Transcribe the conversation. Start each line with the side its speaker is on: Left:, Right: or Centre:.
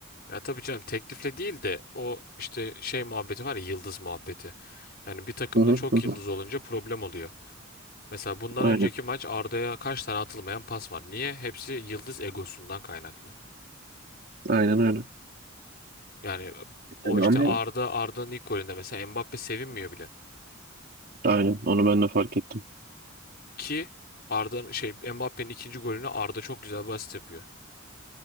Left: Ya tabii canım teklifle değil de o işte şey muhabbeti var ya yıldız muhabbeti. Yani bir takımda
Right: Hı hı
Left: çok
Right: hı. hı.
Left: yıldız olunca problem oluyor. Mesela bundan
Right: Aynen.
Left: önceki maç Arda'ya kaç tane atılmayan pas var. Niye? Hepsi yıldız egosundan kaynaklı.
Right: Aynen öyle.
Left: Yani e, o
Right: Yani
Left: işte
Right: ama
Left: Arda Arda'nın ilk golünde mesela Mbappe sevinmiyor bile.
Right: aynen onu ben de fark ettim.
Left: Ki Arda'nın şey Mbappe'nin ikinci golünü Arda çok güzel bir asist yapıyor.